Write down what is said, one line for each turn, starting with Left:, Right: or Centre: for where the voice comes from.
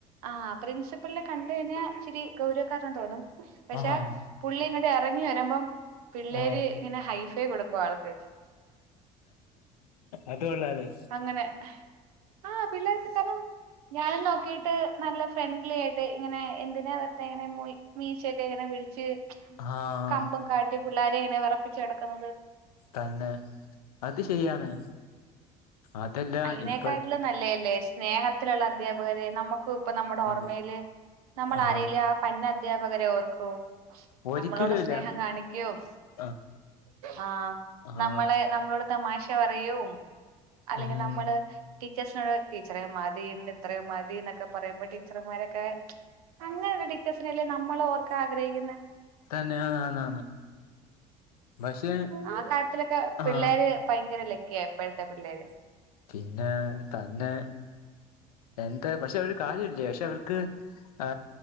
Right: ആഹ് പ്രിൻസിപ്പ്ളിനെ കണ്ട് കഴിഞ്ഞാൽ ഇച്ചിരി ഗൗരവക്കാരനാ തോന്നും പക്ഷെ
Left: ആഹാ
Right: പുള്ളി ഇങ്ങോട്ട് ഇറങ്ങി വരുമ്പം പിള്ളേര്
Left: ആഹ്
Right: ഇങ്ങനെ ഹൈ ഫെ കൊടുക്കും ആൾക്ക്
Left: അത് കൊള്ളാല്ലോ
Right: അങ്ങനെ ആഹ് പിള്ളേ <unintelligible> ഞാനും നോക്കിട്ട് നല്ല ഫ്രണ്ട്ലി ആയിട്ട് ഇങ്ങനെ എന്തിനാ വെർ തെങ്ങനെ മൊയി മീശയൊക്കെ എങ്ങനെ പിടിച്ച്
Left: ആഹ്
Right: കമ്പം കാട്ടി പിള്ളേരെ എങ്ങനെ വെറപ്പിച്ച് നടക്കുന്നത്
Left: തന്നെ അത് ശരിയാണ് അതല്ല
Right: അയ്നേക്കാട്ടിലും
Left: ഇപ്പഴ്
Right: നല്ലേല്ലേ സ്നേഹത്തിലുള്ള അധ്യാപകരെ നമുക്ക് ഇപ്പൊ നമ്മുടെ
Left: പിന്നെ
Right: ഓർമയില് നമ്മൾ
Left: ആഹാ
Right: ആരെലാ ആഹ് പന്ന അദ്ധ്യാപകരെ ഓർക്കോ
Left: ഒരിക്കലും
Right: അമ്മളോട്
Left: ഇല്ല
Right: സ്നേഹം കാണിക്കും
Left: ആ
Right: ആഹ്
Left: ആ
Right: നമ്മളെ നമ്മളോട് തമാശ പറയും അല്ലെങ്കിൽ
Left: ഉം
Right: നമ്മള് ടീച്ചേഴ്സിനോട് ടീച്ചറേ മതി ഇന്ന് ഇത്രയും മതി എന്നൊക്കെ പറയുമ്പോ ടീച്ചർമാരൊക്കെ അങ്ങനെയുള്ള ടീച്ചേഴ്സിനല്ലേ നമ്മള് ഓർക്കാ ആഗ്രഹിക്കുന്നെ
Left: തന്നെ ആന്നാന്ന് പക്ഷെ
Right: ആഹ് കാര്യത്തിലൊക്കെ
Left: ആ
Right: പിള്ളേര് ഭയങ്കര ലക്ക്യ ഇപ്പോഴത്തെ പിള്ളേര്
Left: പിന്നെ തന്നെ എന്താ പക്ഷെ അവര് കാര്യല്ലേ പക്ഷെ അവർക്ക് ആ